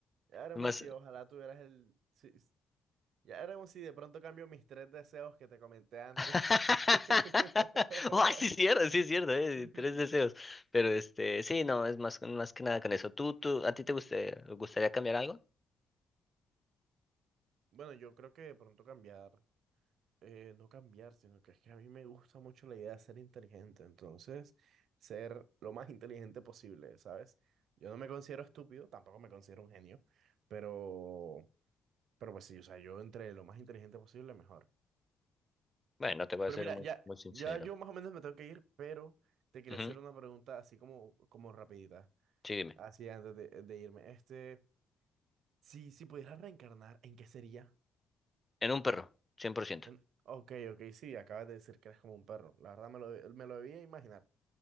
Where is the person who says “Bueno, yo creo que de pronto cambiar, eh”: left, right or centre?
Right